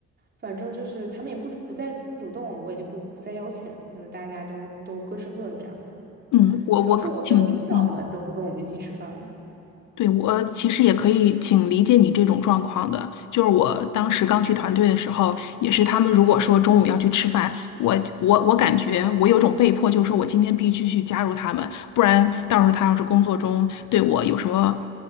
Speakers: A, on the right; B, on the left.
A: 反正就是他们也不主不再主动，我也就不不再邀请，就是大家就都各吃各的这样子。
B: 嗯，我我挺嗯。
A: 主要是我的领导们都不跟我们一起吃饭了。
B: 对，我其实也可以挺理解你这种状况的，就是我当时刚去团队的时候，也是他们如果说中午要去吃饭，我我我感觉我有种被迫，就是说我今天必须去加入他们，不然到时候他要是工作中对我有什么